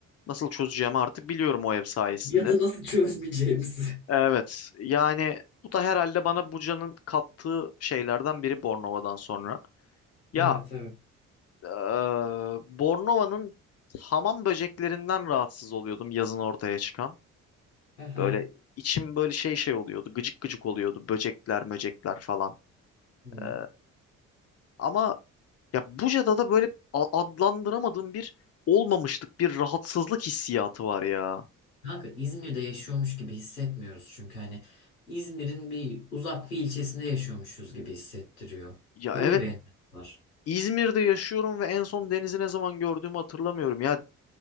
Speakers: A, on the left (about 40°); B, on the left (about 80°).
A: nasıl çözeceğimi artık biliyorum o ev sayesinde.
B: Ya da nasıl çözmeyeceğimizi.
A: Evet yani bu da herhalde bana Buca'nın kattığı şeylerden biri Bornova'dan sonra. Ya
B: Evet evet.
A: Ee, Bornova'nın hamam böceklerinden rahatsız oluyordum yazın ortaya çıkan.
B: Hı hı.
A: Böyle içim böyle şey şey oluyordu. Gıcık gıcık oluyordu. Böcekler, möcekler falan.
B: Hı.
A: Ee, ama ya Buca'da da böyle a- adlandıramadığım bir olmamışlık, bir rahatsızlık hissiyatı var ya.
B: Kanka İzmir'de yaşıyormuş gibi hissetmiyoruz çünkü hani İzmir'in bir uzak bir ilçesinde yaşıyormuşuz gibi hissettiriyor.
A: Ya
B: Öyle
A: evet
B: bir enerji var.
A: İzmir'de yaşıyorum ve en son denizi ne zaman gördüğümü hatırlamıyorum. Ya